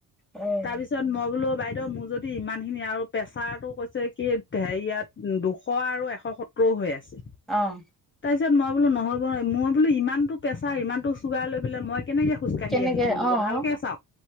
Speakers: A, in the centre; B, on the left.
A: অ',
B: তাৰপিছত মই বোলো বাইদেউ মোৰ যদি ইমানখিনি আৰু প্ৰেছাৰটো কৈছে কি হেৰিয়াত দুশ আৰু এশ সত্ত ক্ৰ' হৈ আছে
A: অ
B: তাৰ পিছত মই বোলো নহ'ব ন মই বোলো ইমানটো প্ৰেছাৰ ইমানটো চুগাৰ লৈ বোলে মই কেনেকে খোজকাঢ়ি
A: কেনেকে
B: আহিছো বোলো
A: অ',
B: ভালকে চাওক